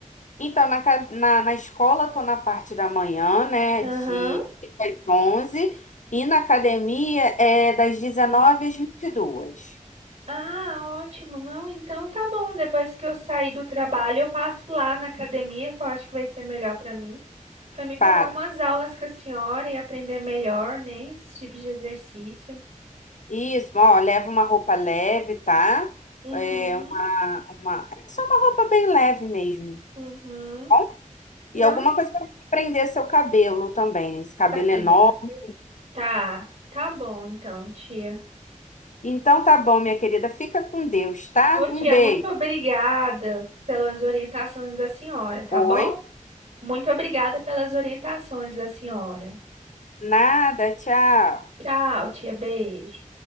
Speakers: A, on the left (about 65°); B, on the right (about 60°).
A: Então, na, ca- na, na escola, estou na parte da manhã, né,
B: Aham.
A: de das 11, e na academia é das 19
B: Hum.
A: às 22.
B: Ah, ótimo. Não, então tá bom. Depois que eu sair do trabalho, eu passo lá na academia, que eu acho que vai ser melhor pra mim. Pra mim pegar
A: Tá.
B: umas aulas com a senhora e aprender melhor, né? Esse tipo de exercício.
A: Isso, ó, leva uma roupa leve, tá?
B: Uhum,
A: É uma, uma, é só uma roupa bem leve mesmo,
B: uhum.
A: tá bom?
B: Não,
A: E alguma coisa para prender seu cabelo também, esse cabelo
B: Tá prendendo
A: enorme.
B: o cabelo? Tá, tá bom então, tia.
A: Então, tá bom, minha querida, fica com Deus, tá?
B: Ô, tia,
A: Um beijo.
B: muito obrigada pelas orientações da senhora, tá
A: Oi?
B: bom? Muito obrigada pelas orientações da senhora.
A: Nada, tchau.
B: Tchau, tia, beijo.